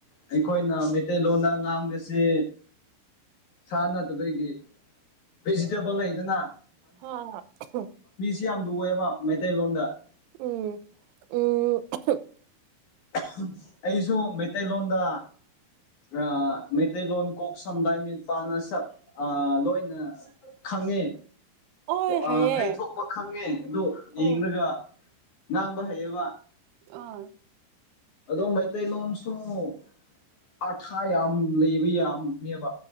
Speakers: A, on the left; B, on the right.
A: ꯑꯩꯈꯣꯏꯅ ꯃꯩꯇꯩꯂꯣꯟꯗ ꯉꯥꯡꯕꯁꯤ ꯁꯥ ꯅꯠꯇꯕꯒꯤ ꯕꯦꯖꯤꯇꯦꯕꯜ ꯂꯩꯗꯅ
B: ꯍꯥ ꯑꯊꯤ
A: ꯁꯤ ꯌꯥꯝ ꯂꯨꯋꯦꯕ ꯃꯩꯇꯩꯂꯣꯟꯗ
B: ꯎꯝ ꯎꯝ ꯑꯍꯝ
A: ꯑꯍꯝ ꯑꯩꯁꯨ ꯃꯩꯇꯩꯂꯣꯟꯗ ꯑ ꯃꯩꯇꯩꯂꯣꯟ ꯀ ꯁ ꯂ ꯃ ꯄ ꯅ ꯁ ꯑ ꯂꯣꯏꯅꯈ ꯈꯪꯉꯦ
B: ꯑꯣꯏ ꯍꯥꯏꯌꯦ
A: ꯑ ꯍꯩꯊꯣꯛꯄ ꯈꯪꯉꯦ ꯑꯗꯨ ꯌꯦꯡꯂꯒ
B: ꯑꯣ
A: ꯉꯥꯡꯕ ꯍꯩꯌꯦꯕ
B: ꯑꯥ
A: ꯑꯗꯣ ꯃꯩꯇꯩ ꯂꯣꯟꯁꯨꯨ ꯑꯥꯊꯥ ꯌꯥꯝ ꯂꯩꯕ ꯌꯥꯝꯃꯦꯕ